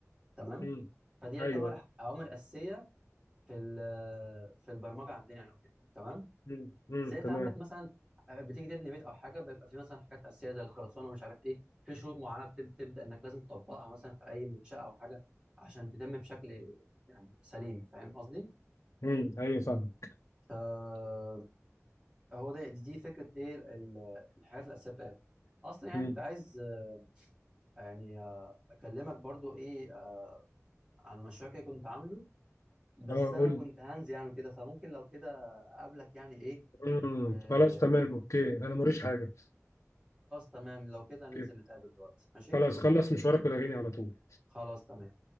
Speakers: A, on the right; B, on the left.
A: تمام
B: مم.
A: فدي يعتبر
B: ايوه
A: اوامر اساسيه في ال- في البرمجه عندنا يعني وكده تمام
B: مم. مم.
A: زي انت
B: تمام
A: عندك مثلا آه، بتيجي تبني بيت او حاجه بيبقى في مثلا حاجات اساسيه زي الخرسانه مش عارف ايه في شروط معينه بتب- تبدا انك لازم تطبقها مثلا في اي منشاه او حاجه عشان تتم بشكل يعني سليم فاهم قصدي؟
B: مم. ايوه فاهمك
A: فهو ده دي, دي فكره ايه ال- ال- الحاجات الاساسيه بتاعتي اصلا يعني
B: مم.
A: كنت عايز آه، يعني آه، اكلمك برضو ايه آه، عن مشروع كده كنت عامله بس
B: اه قول
A: انا كنت
B: لي.
A: هنزل يعني كده فممكن لو كده اقابلك يعني ايه
B: مم.
A: وخلاص
B: خلاص تمام اوكي انا موريش حاجه
A: تمام لو كده
B: اوكي
A: هننزل نتقابل دلوقتي ماشي
B: خلاص خلص مشوارك ولا على طول
A: خلاص تمام